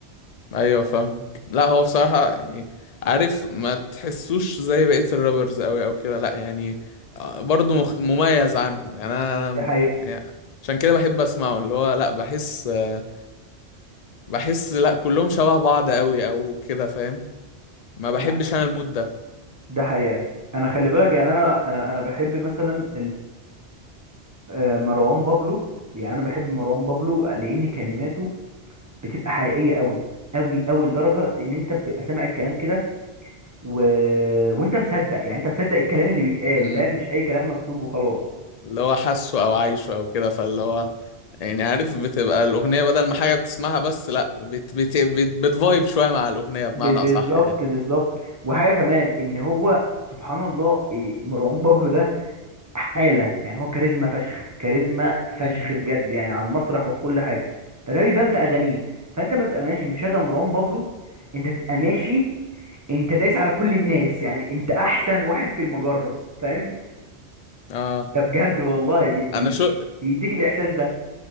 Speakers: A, on the left; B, on the right.
A: ايوه فاهمك لا هو بصراحة يعني عارف ما تحسوش زي بقية الرابرز قوي او كده لا يعني آه، برضه مخت... مميز عنهم يعني انا
B: ده
A: أنا-
B: حقيقه
A: يعني عشان كده بحب اسمعه اللي هو لا بحس آه، بحس لا كلهم شبه بعض قوي او كده فاهم ما بحبش
B: ده
A: انا المود ده
B: ده حقيقه انا خلي بالك يعني انا انا انا بحب مثلا آه، مروان بابلو يعني انا بحب مروان بابلو لان كلماته بتبقى حقيقيه قوي قوي قوي لدرجه ان انت بتبقى سامع الكلام كده و... وانت مصدق يعني انت مصدق الكلام اللي بيتقال
A: امم
B: فاهم مش اي كلام مكتوب وخلاص
A: اللي هو حاسه او عايشه او كده فاللي هو يعني عارف بتبقى الاغنية بدل ما حاجة بتسمعها بس لا بت... بت... بت... بتفايب شوية مع الاغنية بمعنى
B: ب...
A: اصح
B: بالظبط
A: يعني
B: بالظبط وحاجه كمان ان هو سبحان الله إيه، مروان بابلو ده حاله يعني هو كاريزما فشخ كاريزما فشخ
A: امم
B: بجد يعني على المسرح وفي كل حاجه فده بيبان في اغانيه فانت ما تبقى ماشي مشغل مروان بابلو انت تبقى ماشي انت دايس على كل الناس يعني انت احسن واحد في المجرة فاهم
A: اه
B: ده بجد والله بي بي
A: انا
B: بي-
A: شو
B: بيديك الاحساس ده